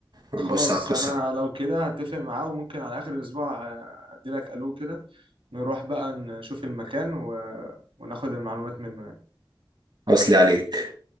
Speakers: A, on the right (about 55°); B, on the right (about 85°).
A: ونبص
B: خلاص
A: على القصه
B: انا
A: دي
B: لو كده هتفق معاه وممكن على اخر الاسبوع ادي لك الو كده نروح بقى نشوف المكان و... وناخد المعلومات منه يعني.
A: اصلي عليك